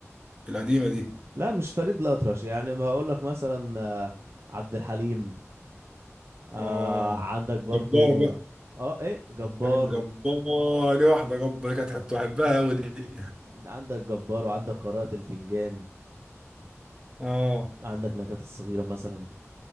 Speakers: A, on the right; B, on the right.
A: القديمه دي
B: لا مش فريد الأطرش يعني ما هقول لك مثلا آه، عبد الحليم آه
A: اه
B: عندك برضو
A: جبار بقى
B: اه ايه جبار
A: يعني جبار ليه واحده جبار كانت بحبها قوي دي
B: عندك جبار وعندك قراءة الفنجان
A: اه
B: عندك نجاة الصغيرة مثلا